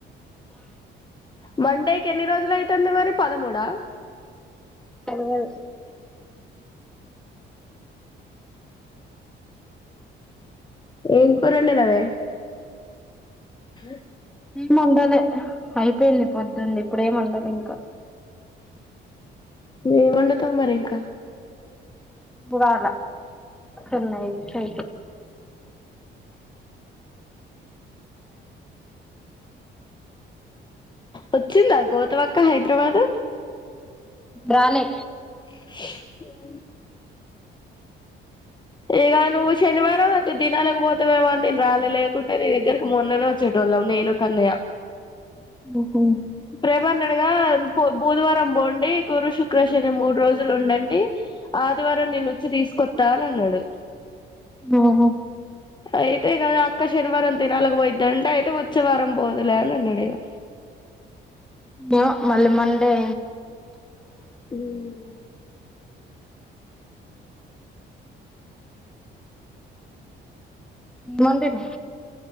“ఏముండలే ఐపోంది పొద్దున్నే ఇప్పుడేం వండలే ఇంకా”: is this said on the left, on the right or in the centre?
Centre